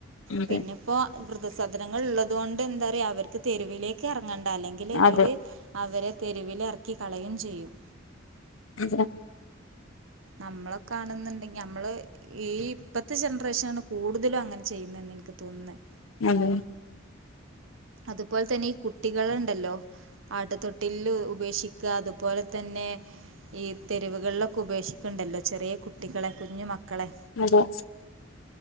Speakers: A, on the left; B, on the right.
A: അതെ
B: പിന്നെപ്പോ വൃദ്ധസധനങ്ങൾള്ളത് തോണ്ട് എന്താറിയാ അവര്ക്ക് തെരുവിലേക്ക് ഇറങ്ങണ്ട അല്ലെങ്കില്
A: അതെ
B: വര് അവരെ തെരുവിലിറക്കിക്കളയും ചെയ്യും
A: അതെ
B: നമ്മള കാണുന്നുണ്ടെങ്കി നമ്മള് ഈ ഇപ്പത്തെ ജനറേഷനാണ് കൂടുതലും അങ്ങനെ ചെയ്യുന്നന്ന് എനിക്ക് തോന്നുന്നത്
A: അതെ
B: അതുപോലെ തന്നെ ഈ കുട്ടികൾ ഉണ്ടല്ലോ ആട്ടുത്തൊട്ടിലിൽ ഉപേക്ഷിക്കുക അതുപോലെ തന്നെ ഈ തെരുവുകളിലൊക്കെ ഉപേക്ഷിക്ക ഉണ്ടല്ലോ ചെറിയ കുട്ടികളെ കുഞ്ഞു മക്കളെ
A: അതെ